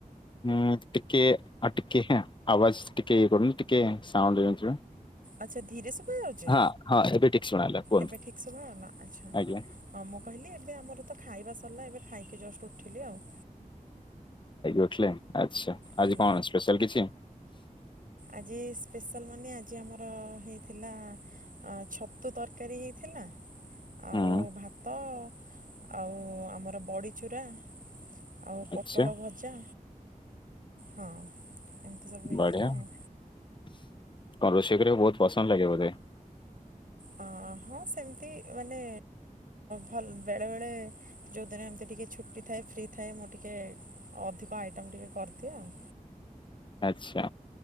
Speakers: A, on the left; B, on the right.
A: ହଁ ଟିକେ ଆ ଟିକେ ଆବାଜ ଟିକେ କଟୁନି ଟିକେ ସାଉଣ୍ଡ ହେଇନଥିବ।
B: ଆଛା ଧୀରେ ଶୁଭା ଯାଉଛ
A: ହଁ ହଁ ଏବେ ଠିକ ଶୁଣାଗଲା କୁହନ୍ତୁ
B: ଏବେ ଠିକ ଶୁଭା ହେଲା ଆଛା
A: ଆଜ୍ଞା
B: ହଁ ମୁଁ କହିଲି ଏବେ ଆମର ତ ଖାଇବା ସରିଲା ଏବେ ଖାଇକି ଜଷ୍ଟ ଉଠିଲି ଆଉ।
A: ଉଠିଲେ। ଆଚ୍ଛା
B: ହୁଁ
A: ଆଜି କଣ ସ୍ପେଶାଲ କିଛି?
B: ଆଜି ସ୍ପେଶାଲ ମାନେ ଆଜି ଆମର ହେଇଥିଲା ଆଁ ଛତୁ ତରକାରୀ ହେଇଥିଲା ଆଉ
A: ହୁଁ
B: ଭାତ ଆଉ ଆମର ବଡି ଚୁରା। ଆଉ ପୋଟଳ
A: ଆଚ୍ଛା
B: ଭଜା। ହଁ। ଏମିତି ସବୁ ହେଇଥିଲା
A: ବଢିଆ
B: ଆଉ।
A: <unintelligible> ବହୁତ ପସନ୍ଦ ଲାଗେ ବୋଧେ
B: ଅ ହଁ ସେମିତି ମାନେ ଭଲ ବେଳେ ବେଳେ ଯୋଉଦିନ ଏମତି ଟିକେ ଛୁଟି ଥାଏ ଫ୍ରି ଥାଏ ମୁଁ ଟିକେ ଅଧିକ ଆଇଟମ ଟିକେ କରିଦିଏ ଆଉ।
A: ଆଚ୍ଛା